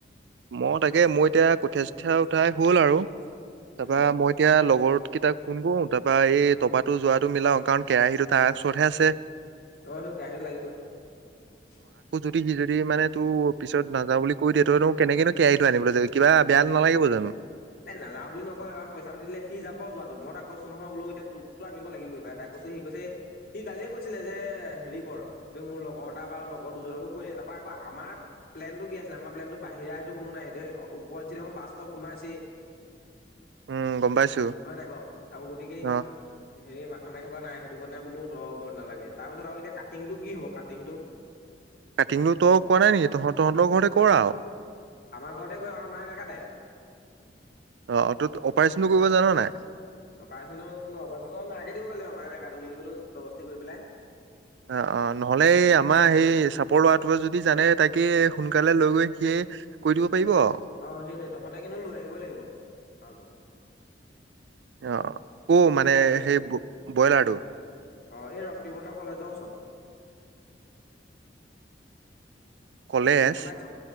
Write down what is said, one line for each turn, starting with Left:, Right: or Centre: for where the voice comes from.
Right: মই তাকে মই এতিয়া কঠিয়া-চুঠিয়া উঠাই হ'ল আৰু। তাৰপৰা
Left: উম
Right: মই এতিয়া লগৰ কেইটাক ফোন কৰো তাৰপৰা এই টপাটো যোৱাটো মিলাও কাৰণ কেৰাহীটো তাৰ ওচৰতহে আছে।
Left: অ তোৰ কেৰাহীটো লাগিবই
Right: কিন্তু যদি সি মানে তোৰ পিছত নাযাওঁ বুলি কৈ দিয়ে তইনো কেনেকেনো কেৰাহীটো আনিবলৈ যাবি কিবা বেয়া নালাগিব জানো
Left: তাই নেযাওঁ বুলি নকয়, কাৰণ পইচা-পাতি দিলে সি যাব যোৱাটো মই তাক কৈছো নহয় বোলো এতিয়া তোক তো আনিব লাগিবৈ ভাই এটা ক সি কৈছে সি কালিয়ে কৈছিলে যে হেৰি কৰ যে মোৰ লগৰ এটা বা লগৰ দুজনকো কৈ দে তাৰপৰা আকৌ আমাৰ প্লেনটো কি আছিল আমাৰ প্লেন টো বাহিৰা সেইটো কোনো নাই ঢেৰ এ ওপৰঞ্চি যখন‌ বাছতো সোমাইছে
Right: উম গম পাইছো
Left: হয় নাই বাও, আকৌ গতিকে ইমান
Right: অ
Left: হেৰি মা থামাই থকা নাই সেইটো কাৰণে বোলো ত হ'ব নালাগে। তাৰপিছত আৰু এতিয়া কাটিংটো কি হ'ব কাটিংটো?
Right: কাটিংটো তোক কোৱা নাই নিকি তহঁত তহঁতৰ ঘৰতে কৰ আৰু।
Left: আমাৰ ঘৰতে গৈ আমাৰ মায়ে নেকাটে
Right: অ অ তই অপাৰেচনটো কৰিব জান নাই
Left: অপাৰচনৰ অপাৰচনৰ মাকে দিব লাগিব মায়ে নেকাটে বুলি ক'লেও জবৰবস্তি কৰি পেলাই।
Right: অ অ নহলে এই আমাৰ সেই চাপৰ লৰাটোৱে যদি জানে তাকে সোনকালে লৈ গৈ সিয়ে। ই আহ্ কৰি দিব। পাৰিব আৰু
Left: অহ সেইটোৱে তহঁতে কিন্তু লৈ আহিবই লাগিব পালটো।
Right: অ অ ও মানে
Left: চি
Right: সেই ব বইলাৰটো।
Left: অ এই ৰক্তিমহঁতৰ কলেজৰ ওচৰত
Right: কলেজ
Left: গম পাইছ